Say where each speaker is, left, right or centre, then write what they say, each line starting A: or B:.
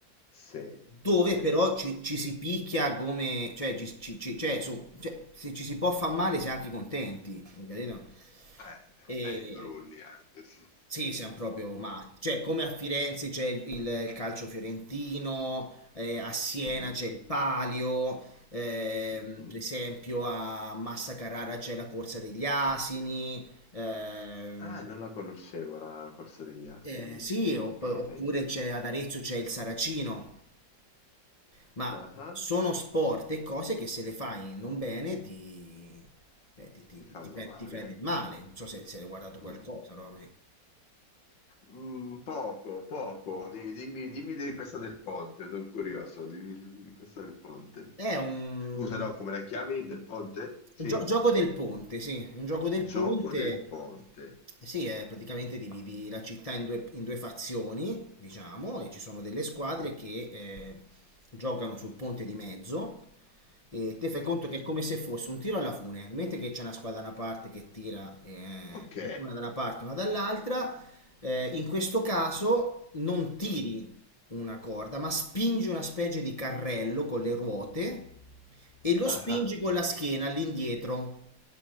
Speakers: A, on the left; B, on the left.
A: Sì,
B: dove
A: sì,
B: però ci, ci
A: sì.
B: si picchia come, cioè, ci, ci- ci- cioè, su- cioè, se ci si può far male si è anche contenti, capito?
A: Eh,
B: E
A: belli brulli anche, sì.
B: sì,
A: Sì.
B: siamo proprio matti. Cioè, come a Firenze c'è il, il calcio fiorentino, eh, a Siena
A: Mhm,
B: c'è il Palio, ehm,
A: mhm.
B: per esempio a Massa Carrara c'è la corsa degli asini. ehm,
A: Ah, non la conoscevo la corsa degli asini.
B: eh, sì,
A: Ok.
B: opp- oppure c'è ad Arezzo c'è il Saracino. Ma
A: Ah, ah.
B: sono sport e cose che se le fai non bene ti, eh, ti, ti-
A: Ti fanno
B: ti- ti fai
A: male?
B: ti fai del male.
A: Mm,
B: Non so se, se hai guardato qualcosa,
A: mm.
B: no?
A: Mm, poco, poco. Di- Dimmi, dimmi di questa del ponte, sono curioso. Dimmi, dimmi di questa del ponte.
B: È un
A: Scusa, no, come la chiami? Del ponte? Sì,
B: gio- gioco del ponte, sì, un gioco del
A: gioco
B: ponte.
A: del ponte.
B: Eh, Sì, è praticamente dividi la città in due, in due fazioni, diciamo, e ci sono delle squadre
A: Mm,
B: che eh, giocano sul ponte di mezzo e te fai
A: Ok,
B: conto che è come se fosse un tiro alla fune, mentre che c'è una squadra da una parte che tira eh,
A: ok.
B: una da una parte, una dall'altra, eh, in questo caso non tiri una corda, ma spingi una specie di carrello con le ruote e lo
A: Ah,
B: spingi
A: ah.
B: con la schiena all'indietro,